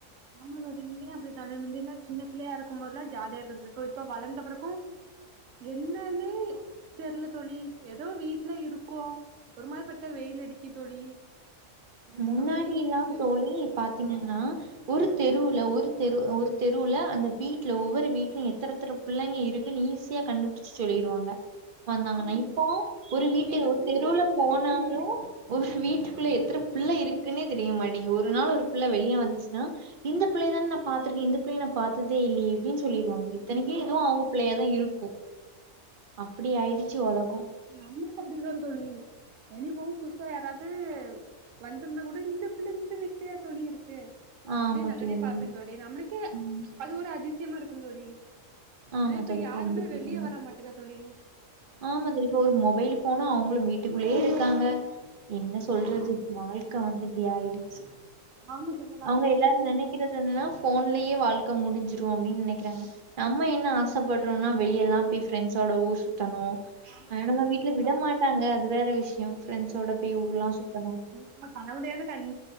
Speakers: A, on the right; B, on the right.
A: ஆமா தோழி இங்கயு அப்படி தா முன்னலா சின்ன பிள்ளையா இருக்கும் போதுல்லா ஜாலியா இருந்துருக்கு இப்ப வளந்த பிறகு என்னனே தெர்ல தோழி எதோ வீட்ல இருக்கோ ஒரு மாரிப்பட்டா வெயில் அடிக்கி தோழி
B: முன்னாடி
A: அப்டியே
B: எல்லா
A: இருக்கு
B: தோழி பாத்திங்கன்னா ஒரு தெருவுல ஒரு தெரு ஒரு தெருவுல அந்த வீட்ல ஒவ்வொரு வீட்லயு எத்தனெத்தன புள்ளைங்க இருக்குன்னு ஈஸியா கண்டுபிடிச் சு சொல்லிருவாங்க வந்தாங்கன்னா
A: ஆமா
B: இப்போ
A: தோழி
B: ஒரு
A: உங்க
B: வீட்டு
A: வீட்ல
B: ஒரு
A: பிள்ள
B: தெருவுல
A: இருக்குன்னே
B: போனாலு
A: தெரிய மாட்டேங்குது
B: ஒரு வீட்டுக்குள்ள எத்தன பிள்ள இருக்குன்னே தெரிய மாட்டிங்கு ஒரு நாள் ஒரு புள்ள வெளிய வந்துச்சுனா இந்த பிள்ளைய தான நா பாத்திருக்கே இந்த பிள்ளைய நா பாத்ததே இல்லையே அப்டின்னு சொல்லிருவாங்க இத்தனைக்கு இதுவு அவங்க பிள்ளையாதா இருக்கு அப்படி ஆயிடுச்சு ஒலக
A: நம்மளே அப்படிதா தோழி வெளிய போவோ புதுசா யாராது வந்துருந்தா கூட இந்த பிள்ள இந்த வீட்லயா தோழி இருக்கு
B: ஆமா
A: அப்டி நானே
B: தோழி.
A: பாப்பே தோழி நம்மளுக்கே
B: ம்.
A: அது ஒரு அதிசயமா இருக்குந் தோழி
B: ஆமா
A: ஆனா இப்ப
B: தோழி.
A: யாருமே
B: கண்டிப்பா
A: வெளிய
B: கண்டிப்பா.
A: வர மாட்டுக்கா தோழி
B: ஆமா தோழி இப்ப ஒரு மொபைல் ஃபோனு அவங்களு வீட்டுக்குள்ளேயே இருக்காங்க என்ன சொல்றது வாழ்க்க வந்து இப்டி ஆயிடுச்சு
A: ஆமா தோழி நாலா
B: அவங்க
A: சின்ன
B: எல்லாரு
A: பிள்ளை
B: நெனைக்கிற இப்ப என்னன்னா ஃபோன்லயே வாழ்க்க முடிஞ்சிரு அப்டின்னு நெனைக்கிறாங்க நம்ம என்ன ஆசப்படுறோம்னா வெளிய எல்லாம் பேய் ஃப்ரெண்ட்ஸோட ஊர் சுத்தணு <unintelligible>
A: ஆமா தோழி இயற்கைய
B: வீட்டு்ல விட
A: ரசிக்கணு
B: மாட்டாங்க அது வேற விஷயோ ஃப்ரெண்ட்ஸோட பேய் ஊர்ல்லா சுத்தணு
A: நம்ம கனவுலையாது கண்